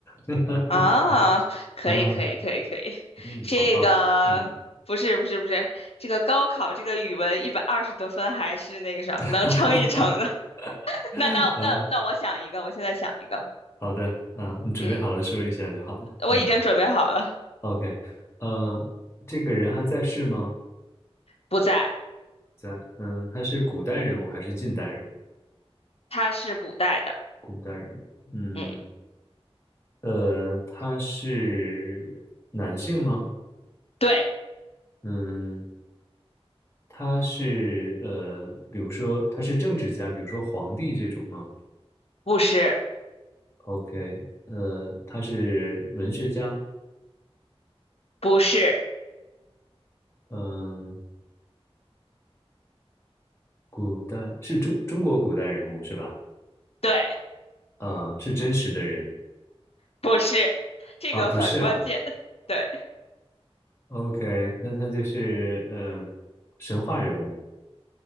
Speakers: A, on the left; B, on the left.
A: <laughs>
B: 啊，可以可以可以可以，
A: 啊，嗯，
B: 这个不是不是不是，
A: 好棒，嗯，
B: 这个高考这个语文一百二十多分还是那个什么能撑一撑的。
A: <laughs>
B: <laughs>
A: 啊，
B: 那那我那我那我想一个，我现在想一个，
A: 好的，啊，你准备好了说一下就好了。
B: 嗯。我已经准备好了，
A: 嗯。OK，呃，这个人还在世吗？
B: 不在，
A: 在，嗯，他是古代人物还是近代人物？
B: 它是古代的，
A: 古代人物，嗯，
B: 嗯，
A: 呃，他是男性吗？
B: 对，
A: 嗯，他是呃，比如说他是政治家，比如说皇帝这种吗
B: 不是，
A: ？OK，呃，他是文学家，
B: 不是，
A: 嗯，古代是中中国古代人物是吧？
B: 对，
A: 嗯，是真实的人
B: 不是，这个很关键，
A: 啊，不是啊。
B: 对，
A: OK，那他就是嗯、呃神话人物，